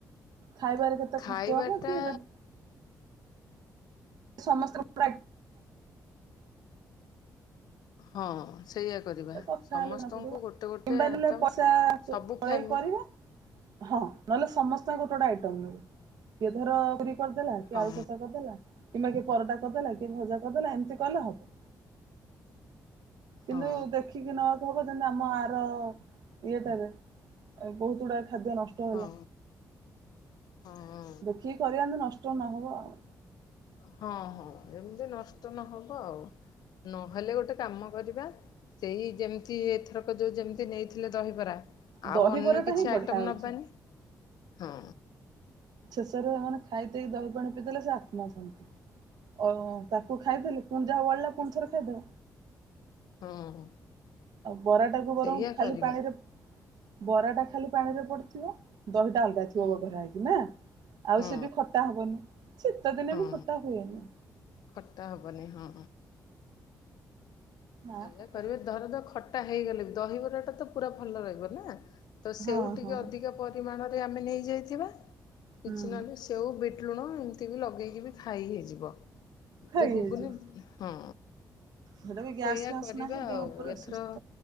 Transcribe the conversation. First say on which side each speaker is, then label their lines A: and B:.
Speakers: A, on the right; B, on the left.
A: ଖାଇବାରେ କେତେ
B: ଖାଇବା
A: ଖର୍ଚ୍ଚ ହବ କି
B: ଟା
A: ଯଦି ସମସ୍ତଙ୍କ ପ୍ରା
B: ହଁ। ସେଇଆ କରିବା,
A: କଥା
B: ସମସ୍ତଙ୍କୁ
A: ହେଲେ ଜଣା ପଡିବ।
B: ଗୋଟେ ଗୋଟେ
A: କିମ୍ବା
B: ଆଇଟମ୍
A: ନହେଲେ ପଇସା ତୋଳେଇ
B: ସବୁ ଫ୍ୟାମିଲ
A: କରିବା। ହଁ, ନହେଲେ ସମସ୍ତଙ୍କର ଗୋଟେ ଗୋଟେ ଆଇଟମ ନୋବୁ। କିଏ ଧର ପୁରୀ କରିଦେଲା, କିଏ
B: ହଁ
A: ଆଳୁ କଷା କରିଦେଲା। କିମ୍ବା କିଏ ପରଟା କରିଦେଲା, କିଏ ଭଜା କରିଦେଲା, ଏମିତି କଲେ ହବ। କିନ୍ତୁ
B: ହଁ
A: ଦେଖିକି ନବାକୁ ହବ, ଯେମତି ଆମ ଆର ଇଏଟାରେ ବହୁତ ଗୁଡା ଖାଦ୍ୟ ନଷ୍ଟ ହେଲା,
B: ହଁ ହଁ
A: ଦେଖିକି କରିବା ଯେମିତି ନଷ୍ଟ ନ ହବ ଆଉ।
B: ହଁ, ହଁ, ଏମିତି ନଷ୍ଟ ନହବ ଆଉ, ନହେଲେ ଗୋଟେ କାମ କରିବା। ସେଇ ଯେମିତି ଏଥରକ ଯୋଉ ଯେମିତି ନେଇଥିଲେ ଦହିବରା ଆଉ
A: ଦହିବରାଟା
B: ଅନ୍ୟ କିଛି
A: ହିଁ ବଢିଆ
B: ଆଇଟମ
A: ହଉଛି
B: ନବାନି, ହଁ।
A: ଶେଷରେ ମାନେ ଖାଇ ଦେଇେଇକି ଦହି ପାଣି ପିଇଦେଲେ ସେ ଆତ୍ମା ଶାନ୍ତି, ଅ ତାକୁ
B: ସେ
A: ଖାଇଦେଲେ ପୁଣିଯାହା ବଳିଲା ପୁ ଣିଥରେ ଖାଇଦବ।
B: ହଁ
A: ଆଉ ବରାଟାକୁ ବରଂ
B: ସେଇଆ
A: ଖାଲି
B: କରିବା
A: ପାଣିରେ ବରାଟା ଖାଲି ପାଣିରେ ପଡିଥିବ। ଦହିଟା ଅଲଗା ଥିବ
B: ହୁଁ
A: ଗୋଟେ ନାହଁ କି ନା। ଆଉ
B: ହଁ
A: ସେ ବି ଖଟା ହବନି ଶୀତ ଦିନେ
B: ହଁ
A: ବି ଖଟା ହୁଏନି।
B: ଖଟା ହବନି ହଁ।
A: ନା
B: ସେଇଆ
A: ଖଟା
B: କରିବେ
A: ହବନି।
B: ଧର ଧ ଖଟା ହେଇଗଲେ ବି ଦହିବରାଟା ତ ପୁରା ଭଲ ରହିବ ନା। ତ ସେଉ
A: ହଁ
B: ଟିକେ
A: ହଁ
B: ଅଧିକା ପ। ପରିମାଣରେ ଆମେ ନେଇଯାଇଥିବା
A: ହୁଁ
B: କିଛି ନହେଲେ ସେଉ ବିଟ ଲୁଣ ଏମତି ବି ଲଗେଇକି ବି ଖାଇ ହେଇଯିବ ଯଦି
A: ଖାଇ ହେଇଯିବ।
B: ଘୁଗୁନି ହଁ।
A: ସେଟା ବି
B: ସେଇଆ
A: ଗ୍ୟାସ୍ ଫ୍ୟାସ୍
B: କରିବା
A: ନାହିଁ ଦେହ
B: ଆଉ
A: ପୁରା
B: ଏଥର।
A: ସୁସ୍ଥ